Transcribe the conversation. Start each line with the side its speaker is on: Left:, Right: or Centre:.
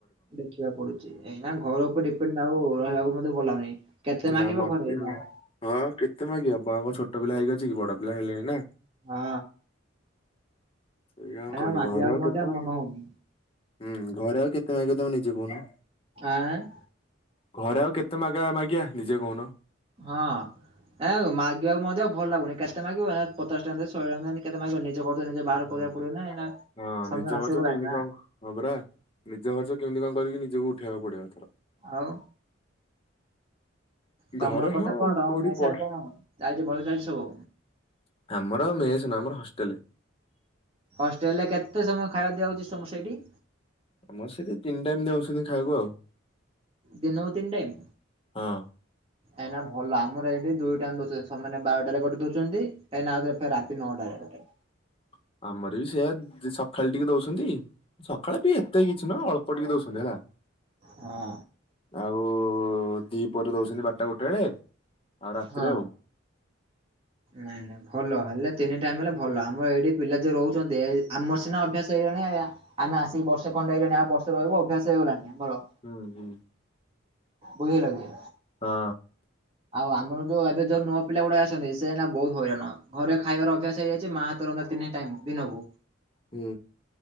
Right: ଦେଖିବାକୁ ପଡ଼ୁଛି ଏଇନା ଘର ଉପରେ ଡିପେଣ୍ଡ ଆଉ ରହିବାକୁ ମଧ୍ୟ ଭଲଉନି କେତେ
Left: ନା
Right: ମାଗିବ,
Left: ମତେ
Right: ଘରେ ନା,
Left: ହଁ କେତେ ମାଗିବ ବାଆଙ୍କ ଛୋଟ ପିଲା ହେଇକି ଅଛି କି ବଡ଼ ପିଲା ହେଇଲେଣି ନା,
Right: ହଁ,
Left: ଏଇଆ ଆଉ
Right: ଏଇନା
Left: କହିଲ
Right: ମାଗିବାକୁ
Left: ଘରେ ଆଉ
Right: ମଧ୍ୟ
Left: କେତେ ମାଗିବ,
Right: ମନ ହଉନି।
Left: ହୁଁ ଘରେ ଆଉ କେତେ ମାଗିବ ତମେ ନିଜେ କହୁନା?
Right: ଆଏଁ,
Left: ଘରେ ଆଉ କେତେ ମାଗାଳା ମାଗିବା ନିଜେ କହୁନ?
Right: ହଁ। ଏଁ ମାଗିବାକୁ ମଧ୍ୟ ଭଲ ଲାଗୁନି କେସଟା ମାଗିବ ପଚାଶ ଟଙ୍କା ଦେ ଶହେ ଟଙ୍କା ଦେ କେତେ ମାଗିବ ନି ଜେ ଖର୍ଚ ନିଜେ ବାହାର
Left: ହଁ।
Right: କରିବାକୁ ପଡ଼ିବନା ଏଇ ନା
Left: ହଁ
Right: ସମୟ
Left: ନିଜ
Right: ଆସିଗଲାଣି
Left: ଖର୍ଚ୍ଚ କେମିତି
Right: ନା
Left: କ ହଁ ପରା ନିଜ ଖର୍ଚ୍ଚ କେମିତି କଣ କରିକି ନିଜକୁ ଉଠେଇବାକୁ ପଡ଼ିବ ଏଥର?
Right: ଆଉ? ତମର
Left: ଘରେ
Right: କଥା
Left: ହଁ
Right: କଣ ତମ
Left: କୋଉଠି
Right: ମେସ୍
Left: ପଢ଼ା
Right: ଆଡେ କଣ ଚାଲିଛି ଭଲ ଚାଲିଛି ସବୁ?
Left: ଆମର ମେଷ ନୁହଁ ଆମର ହଷ୍ଟେଲ।
Right: ହଷ୍ଟେଲରେ କେତେ ସମୟ ଖାଇବା ଦିଆଉଛି ସମସ୍ତିଙ୍କି?
Left: ଆମର ସେଇଠି ତିନି ଟାଇମ ଦଉଛନ୍ତି ଖାଇବାକୁ ଆଉ।
Right: ଦିନୋକୁ ତିନ୍ ଟାଇମ୍?
Left: ହଁ।
Right: ଏଇ ନା ଭଲ ଆମର ଏଇଠି ଦୁଇ ଟାଇମ ଦଉଛନ୍ତି ସମାନେ ବାରଟାରେ ଗୋଟେ ଦଉଛନ୍ତି ଏଉ ରାତି ନଅଟାରେ ଗୋଟେ।
Left: <inaudible> ଆମର ବି ସେଆ ସକାଳେ ଟିକେ ଦଉଛନ୍ତି ସକାଳେ ବି ଏତେ କିଛି ନ ଅଳ୍ପ ଟିକେ ଦଉଛନ୍ତି ହେଲା।
Right: ହଁ
Left: ଆଉ ଦି ପହରେ ଦଉଛନ୍ତି ବାରଟା ଗୋଟେ ବେଳେ। ଆଉ ରାତିରେ
Right: ହଁ
Left: ଆଉ।
Right: ନାଇଁ ନାଇଁ ଭଲ ହେଲେ ତିନି ଟାଇମ ହେଲେ ଭଲ ଆମର ଏଇଠି ପିଲା ଯୋଉ ରହୁଛନ୍ତି ଆମର ସିନା ଅଭ୍ୟାସ ହେଇଗଲାଣି ଆମେ ଆସିକି ବର୍ଷେ ଖଣ୍ଡେ ତେଣୁ ବର୍ଷ ରହିବ ଅଭ୍ୟାସ ହେଇଗଲାଣି ଆମର
Left: ହୁଁ ହୁଁ
Right: ବୁଝିଲ କି?
Left: ହଁ।
Right: ଆଉ ଆମର ଯୋଉ ଏବେ ଯୋଉ ନୂଆ ପିଲା ଗୁଡେ ଅଛନ୍ତି ସେ ନା ବହୁତ ହଇରାଣ ଘରେ ଖାଇବାର ଅଭ୍ୟାସ ହେଇଯାଇଛି ମା ହାତ ରନ୍ଧା ଟାଇମ ଦିନକୁ।
Left: ହୁଁ।